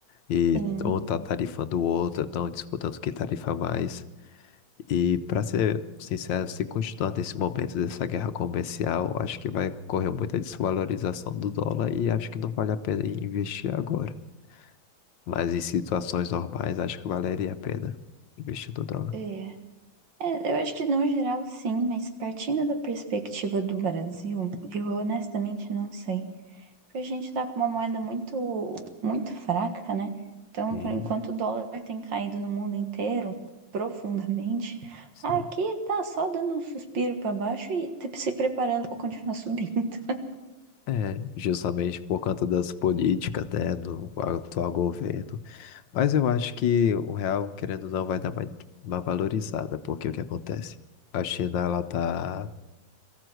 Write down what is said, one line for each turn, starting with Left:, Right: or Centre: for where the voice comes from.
Left: e
Right: Sim.
Left: um tá tarifando o outro, estão disputando quem tarifa mais. E para ser sincero, se continuar nesse momento dessa guerra comercial, acho que vai correr muita desvalorização do dólar e acho que não vale a pena investir agora. Mas em situações normais, acho que valeria a pena investir no dólar.
Right: É. É, eu acho que no geral sim, mas partindo da perspectiva do Brasil, eu honestamente não sei. Porque A gente tá com uma moeda muito, muito fraca, né? Então,
Left: Sim,
Right: por enquanto o dólar tem caído no mundo inteiro profundamente,
Left: sim.
Right: aqui tá só dando um suspiro para baixo e te- se preparando para continuar subindo. <laughs>
Left: É, justamente por conta das políticas, né, do atual governo. Mas eu acho que o real, querendo ou não, vai dar uma, uma valorizada, porque o que acontece? A China, ela tá...